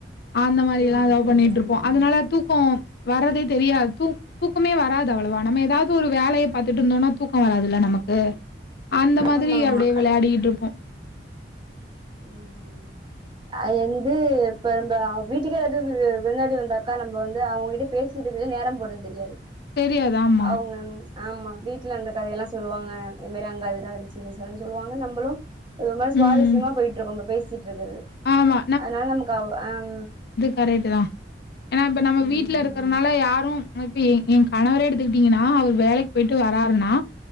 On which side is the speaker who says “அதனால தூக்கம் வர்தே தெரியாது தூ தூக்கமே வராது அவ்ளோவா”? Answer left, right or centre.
Left